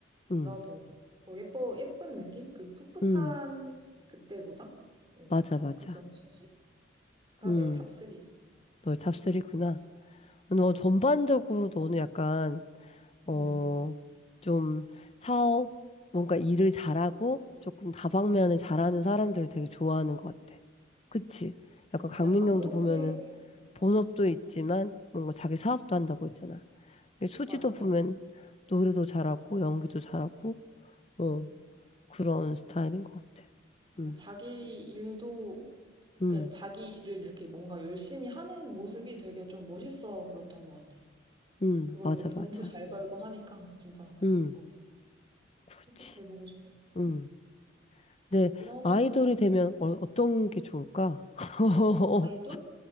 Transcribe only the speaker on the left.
음,
음.
맞아, 맞아.
음.
너의 탑리구나 너
전반적으로 너는 약간 어,
좀 사업, 뭔가 일을 잘하고 조금 다방면을
잘하는 사람들 되게 좋아하는 것 같아. 그치? 약간
강민경도
보면은
본업도 있지만 뭔가 자기 사업도 한다고 했잖아. 근데 수지도
보면 노래도 잘하고 연기도 잘하고 어,
그런 스타일인 것 같아.
음,
음,
음,
맞아,
맞아.
음,
그렇지.
음. 근데
아이돌이 되면 어, 어떤 게 좋을까? <laughs>